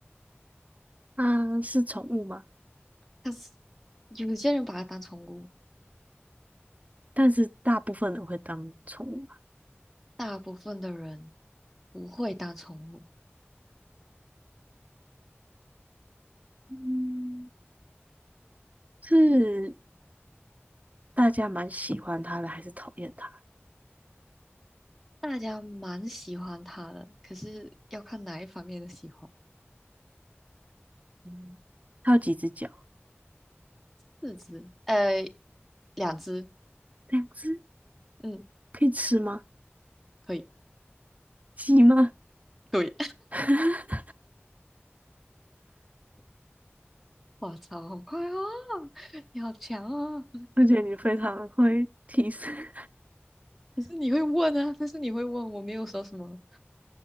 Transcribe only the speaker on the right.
啊，是宠物吗？
但是大部分人会当宠物吗？
嗯，是大家蛮喜欢它的，还是讨厌它？
嗯，它有几只脚？
两只，
可以吃吗？
鸡吗？
<laughs>
我觉得你非常会提示，